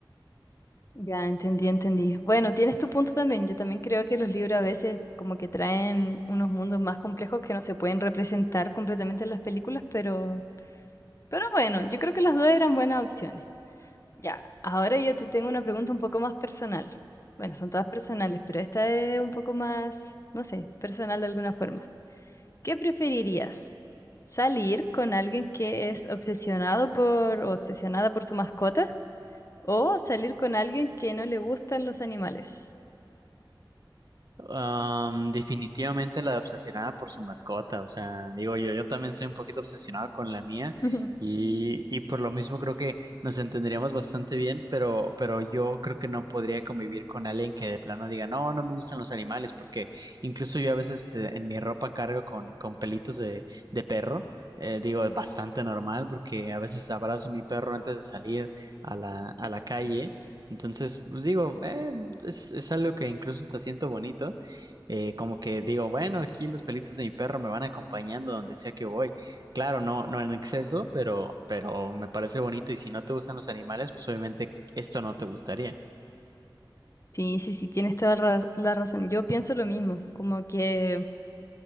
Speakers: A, on the left; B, on the right.
A: Ya, entendí, entendí. Bueno, tienes tu punto también. Yo también creo que los libros a veces como que traen unos mundos más complejos que no se pueden representar completamente en las películas, pero, pero bueno, yo creo que las dos eran buenas opciones. Ya, ahora yo te tengo una pregunta un poco más personal. Bueno, son todas personales, pero esta es un poco más, no sé, personal de alguna forma. ¿Qué preferirías? ¿Salir con alguien que es obsesionado por o obsesionada por su mascota? ¿O salir con alguien que no le gustan los animales?
B: Am, definitivamente la obsesionada por su mascota, o sea, digo yo, yo también soy un poquito obsesionado con la mía
A: <laughs>
B: y, y por lo mismo creo que nos entenderíamos bastante bien, pero, pero yo creo que no podría convivir con alguien que de plano diga, no, no me gustan los animales, porque incluso yo a veces este, en mi ropa cargo con, con pelitos de, de perro. eh, digo, es bastante normal porque a veces abrazo a mi perro antes de salir a la, a la calle. Entonces, pues digo, eh, es, es algo que incluso hasta siento bonito eh, como que digo, bueno, aquí los pelitos de mi perro me van acompañando donde sea que voy. Claro, no, no en exceso, pero, pero me parece bonito. Y si no te gustan los animales, pues obviamente esto no te gustaría.
A: Sí, sí, sí, tienes toda ra- la razón. Yo pienso lo mismo, como que